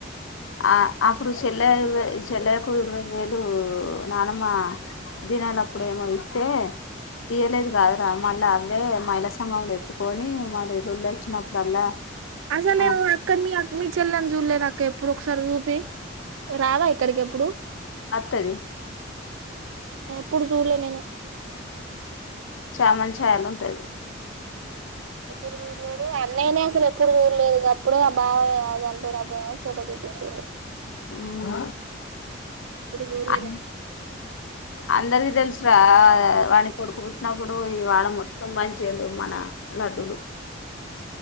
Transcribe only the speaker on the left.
ఆ అప్పుడు చెల్లె ఇరవై చెల్లకు ఇరవై వేలు బ్బులు నానమ్మ దినాలప్పుడేమో ఇత్తే ఇయ్యలేదు కాదు రా మళ్ళా దే మహిళ సంఘం లో ఎత్తుకొని మరి రోళ్ళు వచ్చినప్పుడల్లా
ఆ
అత్తది
చామంచాయ లో ఉంటది
మ్
అ అందరికి తెలుసు అ వాడికి కొడుకు పుట్టినప్పుడు ఈ వాడ మొత్తం పంచ్చ లు మన లడ్డూలు